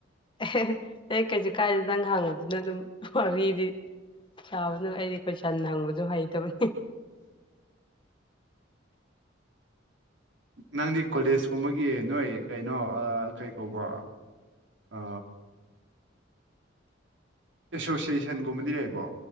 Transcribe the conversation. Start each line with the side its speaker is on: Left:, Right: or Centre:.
Left: ꯑꯦ ꯑꯩ ꯀꯩꯁꯨ ꯀꯥꯏꯗꯦ ꯅꯪ ꯍꯥꯡꯕꯗꯨꯅ ꯑꯗꯨꯝ ꯋꯥꯔꯤꯗꯤ ꯁꯥꯕꯗꯨꯅ ꯑꯩꯗꯤ ꯀꯣꯏꯁꯟ ꯍꯪꯕꯖꯨ ꯍꯩꯇꯕꯅꯤ
Right: ꯅꯪꯗꯤ ꯀꯣꯂꯦꯖ ꯀꯨꯝꯕꯒꯤ ꯅꯣꯏ ꯀꯩꯅꯣ ꯑ ꯀꯩ ꯀꯧꯕ ꯑ ꯑꯦꯁꯣꯁꯤꯌꯦꯁꯟ ꯒꯨꯝꯕꯗꯤ ꯂꯩꯕꯣ